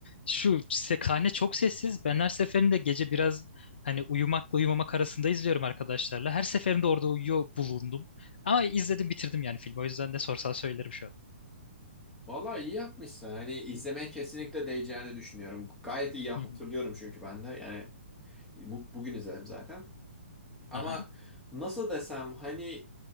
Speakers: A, on the left; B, in the centre.
A: şu sekhane çok sessiz. Ben her seferinde gece biraz hani uyumakla uyumamak arasında izliyorum arkadaşlarla. Her seferinde orada uyuyor bulundum. Ama izledim bitirdim yani filmi. O yüzden ne sorsan söylerim şu an.
B: Valla iyi yapmışsın. Hani izlemeye kesinlikle değeceğini düşünüyorum. Gayet iyi hatırlıyorum
A: Hı hı.
B: çünkü ben de. Yani bu, bugün izledim zaten. Ama
A: Aha.
B: nasıl desem hani